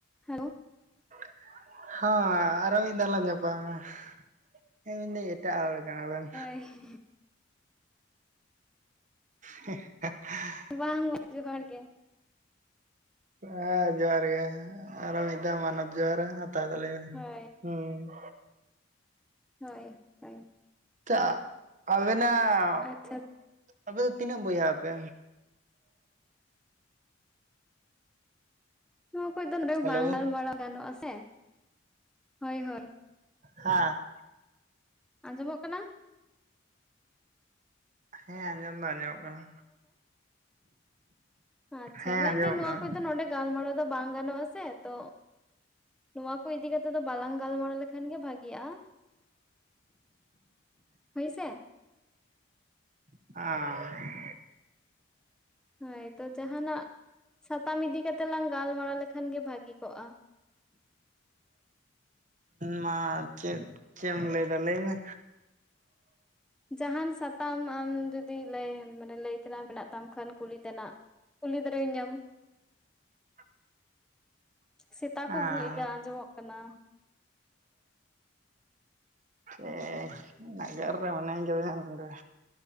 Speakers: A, in the centre; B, on the right.
A: Hello.
B: <inaudible> ᱦᱳ ᱟᱨᱳ ᱢᱤᱫᱷᱟᱣ ᱞᱟᱝ ᱧᱟᱯᱟᱢᱼᱟ ᱾ ᱦᱮᱸ ᱢᱤᱱᱫᱟᱹᱧ ᱮᱴᱟᱜ ᱦᱚᱲ ᱠᱟᱱᱟ ᱵᱮᱱ
A: <unintelligible>
B: <unintelligible>
A: ᱵᱟᱝ ᱡᱚᱦᱟᱨ ᱜᱮ
B: ᱦᱮᱸ ᱡᱚᱦᱟᱨ ᱜᱮ ᱟᱨᱚ ᱢᱤᱫ ᱫᱷᱟᱣ ᱢᱟᱱᱚᱛ ᱡᱚᱦᱟᱨ ᱦᱟᱛᱟᱣ ᱛᱟᱞᱤᱧ ᱢᱮ
A: ᱦᱳᱭ
B: ᱦᱩᱸ
A: ᱦᱳᱭ ᱦᱳᱭ
B: ᱛᱚ ᱟᱵᱮᱱᱟᱜ
A: ᱟᱪᱪᱷᱟ
B: ᱟᱯᱮ ᱫᱚ ᱛᱤᱱᱟᱹᱜ ᱵᱚᱭᱦᱟ ᱟᱯᱮ?
A: ᱱᱚᱣᱟᱠᱚᱡ ᱫᱚ ᱱᱚᱰᱮ ᱫᱚ
B: ᱦᱮᱞᱳ
A: ᱵᱟᱝ ᱜᱟᱞᱢᱟᱨᱟᱣ ᱜᱟᱱᱚᱜᱼᱟ ᱥᱮ ᱦᱳᱭ ᱦᱳᱭ
B: ᱦᱟᱸ
A: ᱟᱸᱡᱚᱢᱚᱜ ᱠᱟᱱᱟ
B: ᱦᱮᱸ ᱟᱸᱡᱚᱢ ᱫᱚ ᱟᱸᱡᱚᱢᱚᱜ ᱠᱟᱱᱟ
A: ᱟᱪᱪᱷᱟ
B: ᱦᱮᱸ
A: ᱢᱮᱱᱫᱟᱤᱧ
B: ᱟᱸᱡᱚᱢᱚᱜ
A: ᱱᱚᱣᱟ
B: ᱠᱟᱱᱟ
A: ᱠᱚᱡ ᱫᱚ ᱱᱚᱰᱮ ᱜᱟᱞᱢᱟᱨᱟᱣ ᱫᱚ ᱵᱟᱝ ᱜᱟᱱᱚᱜ-ᱟ ᱥᱮ ᱛᱚ ᱱᱚᱣᱟ ᱠᱚ ᱤᱫᱤ ᱠᱟᱛᱮᱫ ᱫᱚ ᱵᱟᱞᱟᱝ ᱜᱟᱞᱢᱟᱨᱟᱣ ᱞᱮᱠᱷᱟᱱ ᱜᱮ ᱵᱷᱟᱜᱤ-ᱟ ᱦᱳᱭ ᱥᱮ
B: ᱟᱻ
A: ᱦᱳᱭ ᱛᱚ ᱡᱟᱦᱟᱸᱱᱟᱜ ᱥᱟᱛᱟᱢ ᱤᱫᱤ ᱠᱟᱛᱮᱜ ᱞᱟᱝ ᱜᱟᱞᱢᱟᱨᱟᱣ ᱞᱮᱠᱷᱟᱱ ᱜᱤ ᱵᱷᱟᱜᱤ ᱠᱚᱜ-ᱟ
B: ᱢᱟ ᱪᱮᱫ ᱪᱮᱫ ᱮᱢ ᱞᱟᱹᱭ ᱫᱟ ᱞᱟᱹᱭ ᱢᱮ
A: ᱡᱟᱦᱟᱱ ᱥᱟᱛᱟᱢ ᱟᱢ ᱡᱩᱫᱤ ᱞᱟᱹᱭ ᱢᱟᱱᱮ ᱞᱟᱹᱭ ᱛᱮᱱᱟᱜ ᱢᱮᱱᱟᱜ ᱛᱟᱢ ᱠᱷᱟᱱ ᱠᱩᱞᱤ ᱛᱮᱱᱟᱜ ᱠᱩᱞᱤ ᱫᱟᱨᱮᱤᱧᱟᱹᱢ
B: <inaudible>
A: ᱥᱮᱛᱟ
B: ᱦᱮᱸ
A: ᱠᱚ ᱵᱷᱩᱜ ᱮᱭᱟ ᱟᱸᱡᱚᱢᱚᱜ ᱠᱟᱱᱟ
B: ᱦᱮ ᱱᱟᱜᱟᱨ ᱨᱮ ᱢᱚᱱᱟᱹᱧ ᱠᱟᱫᱤᱧᱟ ᱱᱚᱰᱮ